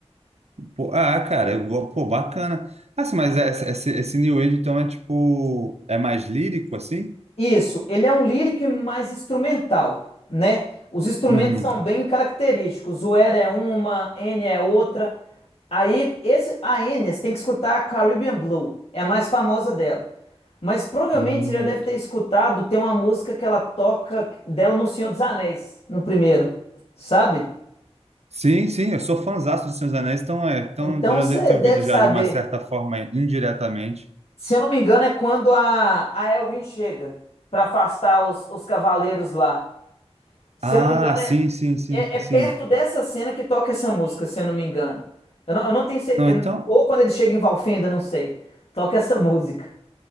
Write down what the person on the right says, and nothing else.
Pô, ah, cara, eu vou- pô, bacana. Ah, sim, mas essa- esse, esse New Age, então, é tipo, é mais lírico, assim?
Uhum.
Hum.
Sim, sim, eu sou fãzaço de Senhor dos Anéis, então, é, então
eu já
devo ter
ouvido
já de uma certa forma, é, indiretamente.
Ah,
sim,
sim, sim,
sim.
Não, então,